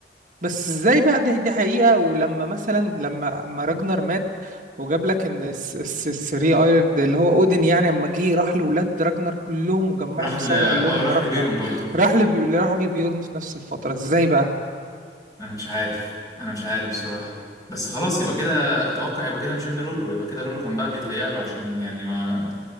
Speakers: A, on the right; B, on the left.
A: بس ازاي بقى دي دي حقيقة ولما مثلا لما اما راجنر مات وجاب لك ان الس- الس- الثري ايرد اللي هو اودن يعني اما جه راح لولاد راجنر كلهم وجمعهم
B: راح ل
A: سوا
B: اه
A: وقال لهم ان
B: راح
A: راجنر
B: لبيرون
A: مات.
B: برضو
A: راح لبي... راح لبيورن في نفس الفترة ازاي بقى
B: انا مش عارف انا مش عارف بصراحة بس خلاص يبقى كده اتوقع يبقى كده مش ابن رولو يبقى كده رولو كان بقى بيتهيأ له عشان يعني ما